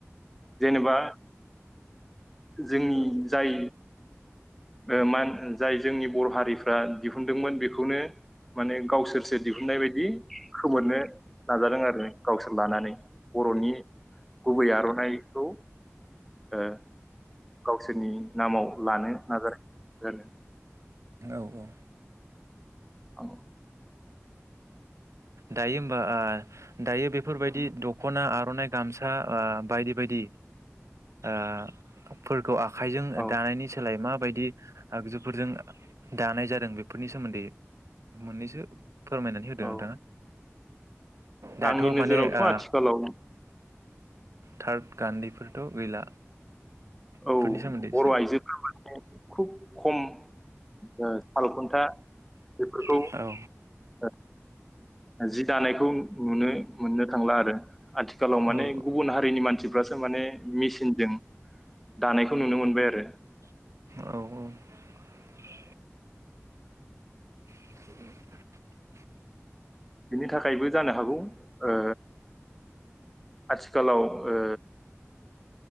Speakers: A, in the centre; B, on the right.
A: जेनेबा जोंनि जाय ओ मान जाय जोंनि बर' हारिफ्रा दिहुनदोंमोन। बे बेखौनो माने गावसोरसो दिहुननाय बायदि खोमोरनो नाजादों आरो गावसोर लानानै बर'नि गुबै आर'नाइखौ ओ गावसोरनि नामाव लानो नाजादों।
B: औ औ।
A: औ।
B: दायो होमबा आ दायो बेफोरबायदि दख'ना आर'नाइ गामसा आ बायदि बायदि आ फोरखौ आखाइजों
A: औ
B: दानायनि सोलाय मा बायदि आगजुफोरजों दानाय जादों बेफोरनि सोमोन्दै मोननैसो फोरमायनानै होदो
A: औ
B: नोंथाङा? दाथ'
A: आंनि नोजोरावथ'
B: माने ओ
A: आथिखालाव
B: थार्द गान्दैफोरथ' गैला।
A: औ
B: बेफोरनि सोमोन्दै
A: बर'
B: एसे
A: आइजोफोरा माने खुब खम ओ सालखुन्था बेफोरखौ
B: औ
A: ओ जि दानायखौ नुनो मोननो थांला आरो आथिखालाव माने
B: औ
A: गुबुन हारिनि मानसि मानसिफ्रासो माने मेसिनजों दानायखौ नुनो मोनबाय आरो।
B: औ औ। <unintelligible>
A: बिनि थाखायबो जानो हागौ ओ आथिखालाव ओ